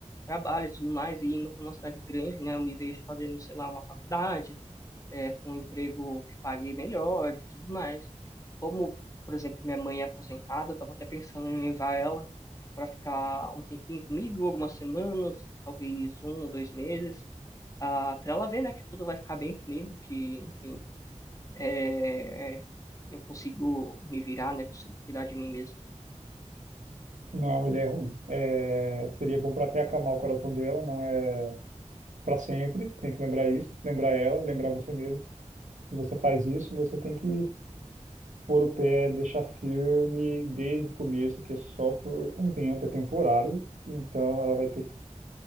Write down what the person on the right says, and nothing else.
Não é uma ideia ruim. É, seria bom para até acalmar o coração dela, não é para sempre, tem que lembrar isso, lembrar ela, lembrar você mesmo. Se você faz isso, você tem que pôr o pé, deixar firme desde o começo, que é só por um tempo, é temporário, então ela vai ter que